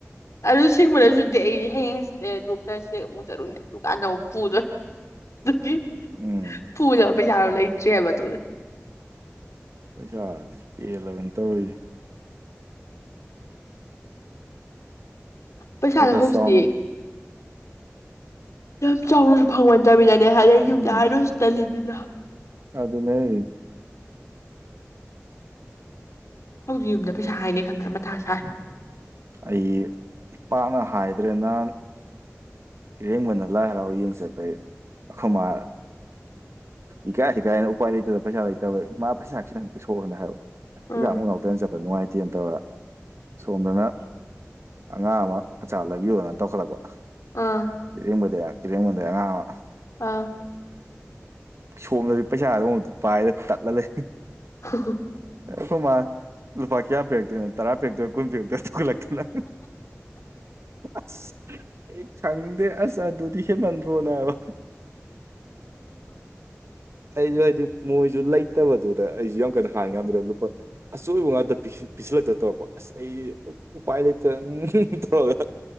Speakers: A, on the left; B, on the right.
A: ꯑꯗꯨ ꯁꯤꯡꯕꯔ ꯑꯗꯨꯗꯤ ꯑꯩ ꯍꯌꯦꯡ ꯍꯪꯆꯤꯠ ꯂꯩꯔꯒꯥ ꯗꯣꯛꯇꯔ ꯆꯦꯛ ꯑꯃꯨꯛ ꯆꯠꯂꯨꯅꯦ ꯗꯨꯀꯥꯟꯗ ꯐꯧ ꯄꯨ <unintelligible>
B: ꯎꯝ
A: ꯄꯨꯅꯕꯥ ꯄꯩꯁꯥ ꯗꯣ ꯂꯩꯇꯔꯤ ꯍꯥꯏꯕꯥ ꯗꯨ
B: ꯄꯩꯁꯥꯁꯦ ꯄꯦꯜꯂꯕꯅꯤ ꯇꯧꯔꯤꯁꯦ
A: ꯄꯩꯁꯥꯗꯣ
B: ꯈꯔ ꯈꯔ
A: ꯍꯧꯖꯤꯛꯇꯤ
B: ꯆꯥꯎꯅ
A: ꯌꯥꯝ ꯆꯥꯎꯅꯁꯨ ꯐꯪꯃꯟꯗꯕꯩꯅꯦ ꯍꯥꯏꯔꯛ ꯏꯁꯦ ꯌꯨꯝꯗ
B: ꯎꯝ
A: ꯍꯥꯏꯔꯨ ꯔꯁꯨ ꯇꯜꯂꯤꯗꯅ
B: ꯑꯗꯨꯅꯦ ꯍꯥꯏꯁꯦ
A: ꯍꯧꯖꯤꯛ ꯌꯨꯝꯗ ꯄꯩꯁꯥ ꯍꯥꯏꯅꯤ ꯈꯟꯕꯅ ꯃꯊꯥ ꯁꯥꯏ
B: ꯑꯩꯗꯤ ꯄꯥꯛꯅ ꯍꯥꯏꯗ꯭ꯔꯦ ꯅ ꯏꯔꯦꯡꯕꯅ ꯂꯥꯏ ꯍꯔꯥꯎ ꯌꯦꯡ ꯆꯠꯄꯩ ꯑꯩꯈꯣꯏ ꯃꯥ ꯏꯀꯥꯏ ꯀꯥꯏꯅ ꯎꯄꯥꯏ ꯂꯩꯇꯕꯩ ꯄꯩꯁꯥ ꯂꯩꯇꯕꯩ ꯏꯃꯥ ꯄꯩꯁꯥ ꯈꯤꯇꯪ ꯄꯤꯊꯣꯛꯑꯣ ꯍꯥꯏꯔꯛ ꯄꯩꯁꯥ
A: ꯎꯝ
B: ꯑꯃꯐꯧ ꯌꯧꯗꯕꯥ ꯆꯠꯄꯗꯣ ꯅꯨꯡꯉꯥꯏꯇ ꯇꯦꯟ ꯇꯧꯔ ꯁꯣꯝꯗꯅ ꯑꯉꯥꯡ ꯑꯃ ꯑꯆꯥꯔ ꯂꯩꯕꯤꯌꯣꯅ ꯇꯧꯈꯠꯂꯛꯄ
A: ꯑꯥ
B: ꯏꯔꯦꯡꯕꯗ ꯏꯔꯦꯡꯕꯝꯗꯩꯩ ꯑꯉꯥꯡ ꯑꯃ
A: ꯑꯥ
B: ꯁꯣꯝꯗꯗꯤ ꯄꯩꯁꯥ ꯑꯃꯐꯧ ꯄꯥꯏꯗꯅ ꯇꯠꯂ ꯂꯩ
A: ꯍꯣ ꯍꯣ
B: ꯑꯩꯈꯣꯏ ꯃꯅꯥ ꯂꯨꯄꯥ ꯀꯌꯥ ꯄꯤꯔꯛꯇꯣꯏꯅꯣ ꯇꯔꯥ ꯄꯤꯔꯛꯇꯣꯏꯔ ꯀꯨꯟ ꯄꯤꯔꯛꯇꯣꯏꯔ ꯇꯧꯈꯠꯂꯛꯇꯅ ꯑꯁ ꯑꯩ ꯈꯪꯗꯦ ꯑꯁ ꯑꯗꯨꯗꯤ ꯍꯦꯟꯃꯟꯗ꯭ꯔꯣꯅ ꯍꯥꯏꯕ ꯑꯩꯁꯨ ꯍꯥꯏꯗꯤ ꯃꯣꯏꯁꯨ ꯂꯩꯇꯕꯗꯨꯗ ꯑꯩꯁꯨ ꯌꯥꯝ ꯀꯟꯅ ꯍꯥꯏ ꯉꯝꯗ꯭ꯔꯕ ꯂꯨꯄꯥ ꯑꯆꯣꯏꯕ ꯉꯥꯛꯇ ꯄꯁꯤꯜꯂꯛꯇ ꯇꯧꯔꯛꯄ ꯑꯁ ꯑꯩ ꯎꯄꯥꯏ ꯂꯩꯇꯗꯅꯥ ꯎꯝ ꯇꯧꯔꯥ